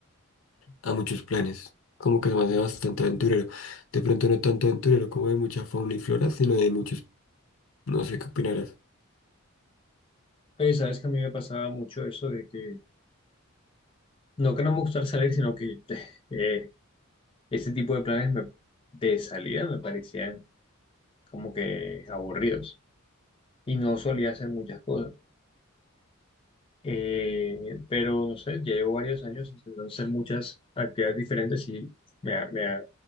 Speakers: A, on the left (about 70°); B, on the left (about 25°).
A: a muchos planes. Como que se me hace bastante aventurero. De pronto no tanto aventurero como de mucha fauna y flora, sino de muchos, no sé qué opinarás.
B: Oye, sabes que a mí me pasaba mucho eso de que, no que no me gustara salir, sino que <laughs> eh, este tipo de planes me- de salida me parecían como que aburridos. Y no solía hacer muchas cosas. Eh, pero no sé, ya llevo varios años intentando hacer muchas actividades diferentes y me ha, me ha-